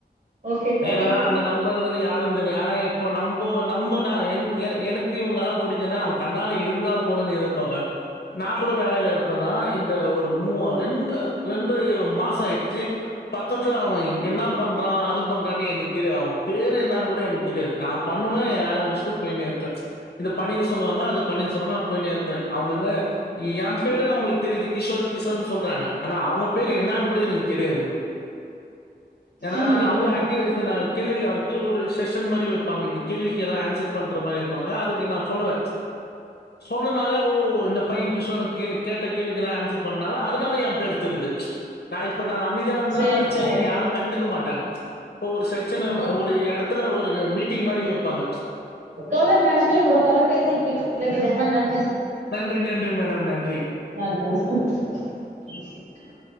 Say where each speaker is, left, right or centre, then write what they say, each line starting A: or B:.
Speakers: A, on the right; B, on the left.
A: ஓகே தோழர்
B: ஏனா அந்த நண்பர்கள் யாரு தெர்யு ஆனா எப்போ நம்போ நம்ப நா என்க்கு எ எனக்கு இவுங்கலா புடிக்குனு அவ்ங் கண்ணால இருந்தா போதுன்னு எதுர்பாக்கன் நா கூட வேலல இருப்பதா இந்த ஒரு மூவ ரெண்டு ரெண்டு மாசம ஆயிட்ச்சு பக்கத்துல அவ இங் என்னா பண்றா அது பண் பானு எனுக் தெர்யா அவ பேரு என்னானு கூட எனுக்க தெரியாது நா பண்ணுவ ஏ வேல்ய முஷ்டு போய்னே இர்ப்ப இது பண்ணிரு சொல்வாங்க அது பண்ணரு சொல்வாங்க நா போய்னே அவ்ங்க எங்க ஏ பேரு அவ்ங்களுக்கு தெரியுது கிஷோர் கிஷோர்னு சொல்றாங்க அனா அவ்ங்க பேரு என்னான் கூட எனுக்கு தெரியாது ஏன்னா
A: ம்
B: நானு
A: ம்
B: அவ்ளோ ஆக் <unintelligible> கேள்விக்கு அக்கே ஒரு செஷ மரி வெப்பாங் இன்னிக் கேள்விக்கு எல்லா ஆன்சர் பண்ற மாரி இர்ப்பாங்க அதுக்கு த்னா சொல்லுவே சொன்னனாலே ஓ இந்த பையன கிஷோஅ கி கேட்ட கேள்விக்குலா ஆன்சர் பண்ணால அதுனால ஏ பேர் தெரிது நா இப்ப நான் அமிதா இருந்தா
A: சேரிங்
B: சரிங்க
A: தோழர்
B: யாரும் கண்டக்க மாட்ட க ஒரு செக்ஷன்
A: ம்
B: ஒரு எடத்துல ஒரு ஒரு மீட்டிங் மாரி வைப்பாங்க
A: தோழர் நன்றி உங்க தொலைபேசிக்கு கூப்டது ரொம்ப நன்
B: நன்றி நன்றி மேட டம் நன்றி
A: நன்றி